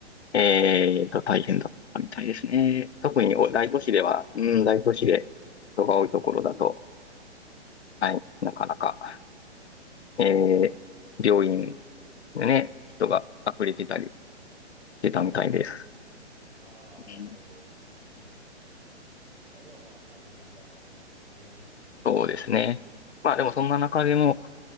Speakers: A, on the left (about 70°); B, on the right (about 60°).
A: えーと、大変だったみたいですね。特にお大都市では、
B: そうですか。
A: うん、大都市で人が多いところだと、はい、なかなか、えー、病院でね、人が溢れてたりしてたみたいです。
B: ああ、
A: うん、
B: なるほど。うん。いや、でもまあ大変だったんでしょうね。
A: そうですね。
B: <laughs> そう
A: まあでもそんな中でも、